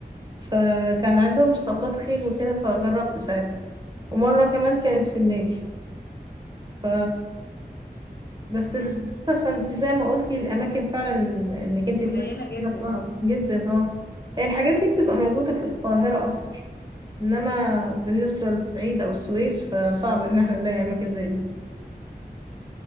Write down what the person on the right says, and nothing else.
فكان عندهم اسطبلات خيل وكده فجربت ساعتها ومرة كمان كانت في النادي ف بس
للأسف انت زي ما قلتي الأماكن فعلا انك انت
تمارسي
فيها صعب جدا اه هي الحاجات دي بتبقى موجودة في القاهرة أكتر إنما بالنسبة للصعيد أو السويس فصعب إن احنا نلاقي أماكن زي دي